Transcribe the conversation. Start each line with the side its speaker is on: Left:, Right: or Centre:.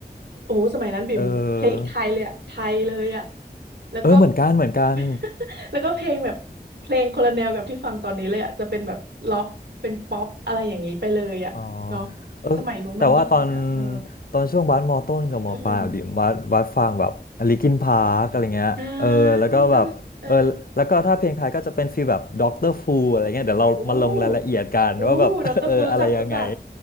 Right: โอ้โหสมัยนั้นบิ่มเพลงไทยเลยอะไทยเลยอะ
Left: เออ
Right: แล้วก็
Left: เออเหมือนกันเหมือนกัน
Right: <laughs> แล้วก็เพลงแบบเพลงคนละแนวกับที่ฟังตอนนี้เลยอะจะเป็นแบบล็อกเป็นป๊อปอะไรอย่างนี้ไปเลยอะเนาะ
Left: อ๋อเออแต่ว่าตอน
Right: สมัยนู้นมันฮิตๆอะเออ
Left: ตอนช่วงบาสมอต้นกับมอปลายอะบิ่มบาสบาสฟังแบบลิคินพาร์กอะไรเงี้ยเออแล้วก็แบบเออแล้วก็ถ้าเพลงไทยก็จะเป็นฟีลแบบด็อกเตอร์ฟูอะไรเงี้ยเดี๋ยวเรามาลงรายละเอียดกันว่าแบบ
Right: อืมอืมอ่าก็คือเออโอ้ อู้ดอกอรฟูรู้จักรู้จัก
Left: <laughs> เอออะไรยังไง